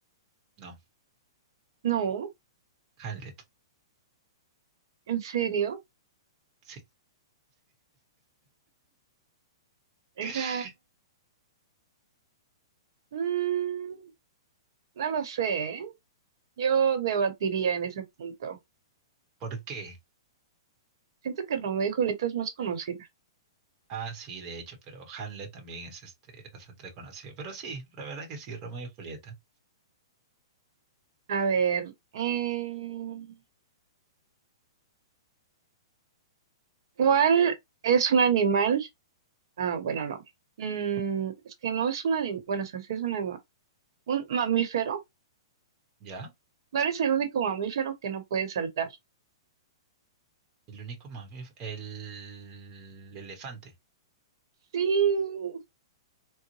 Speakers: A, on the right (about 25°); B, on the right (about 65°).
A: No,
B: No,
A: Hamlet.
B: ¿en serio?
A: Sí. <laughs>
B: Esa... mm, no lo sé, ¿eh? Yo debatiría en ese punto.
A: ¿Por qué?
B: Siento que Romeo y Julieta es más conocida.
A: Ah, sí, de hecho, pero Hamlet también es este bastante conocido. Pero sí, la verdad que sí, Romeo y Julieta.
B: A ver, eh, ¿cuál es un animal? Ah, bueno, no. Mm, es que no es un animal. Bueno, o sea, sí es un animal. Un mamífero.
A: ¿Ya?
B: No eres el único mamífero que no puede saltar.
A: El único mamífero, el elefante.
B: Sí,